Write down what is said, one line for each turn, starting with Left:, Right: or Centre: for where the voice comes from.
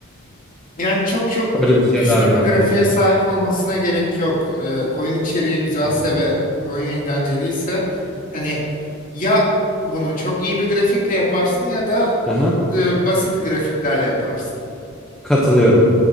Left: Yani çok çok
Centre: Öyle bir şeyler
Left: üstün
Centre: vardı.
Left: bir grafiğe sahip olmasına gerek yok. Ee, oyun içeriği güzelse
Centre: Hı hı.
Left: ve oyun eğlenceliyse hani ya bunu çok iyi bir grafikle yaparsın ya da
Centre: Hı hı.
Left: e, basit grafiklerle yaparsın.
Centre: Katılıyorum.